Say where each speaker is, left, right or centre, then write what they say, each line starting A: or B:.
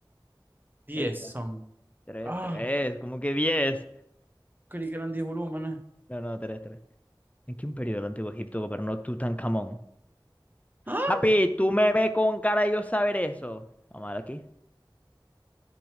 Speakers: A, on the right; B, on the left.
A: 10
B: Esta.
A: son.
B: Tres,
A: Ah,
B: tres, como que diez.
A: creí que eran 10 volúmenes.
B: No, no, tres, tres. ¿En qué imperio del Antiguo Egipto gobernó Tutankamón?
A: ¡Ah!
B: Papi, tú me ves con cara de yo saber eso. Vamos a ver aquí.